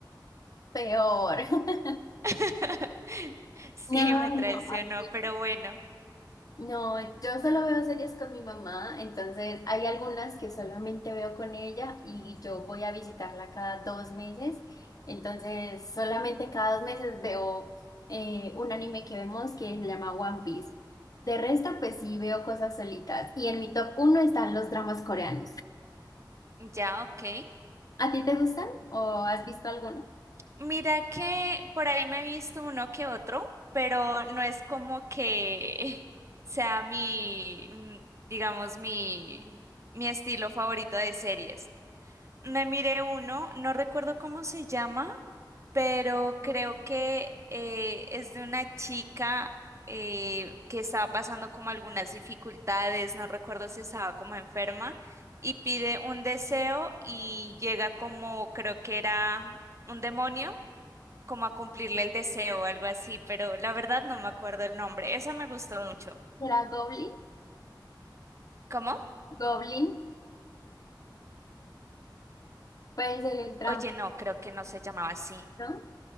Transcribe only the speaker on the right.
<laughs> Sí,
me traicionó,
pero bueno,
ya ok.
Mira que por ahí me he visto uno que otro, pero no es como que <laughs> sea mi, mm, digamos, mi, mi estilo favorito de series. Me miré uno, no recuerdo cómo se llama, pero creo que eh, es de una chica eh, que estaba pasando como algunas dificultades, no recuerdo si estaba como enferma, y pide un deseo y llega como, creo que era un demonio, como a cumplirle el deseo o algo así, pero la verdad no me acuerdo el nombre, esa me gustó mucho.
¿Cómo?
Oye, no, creo que no se llamaba así,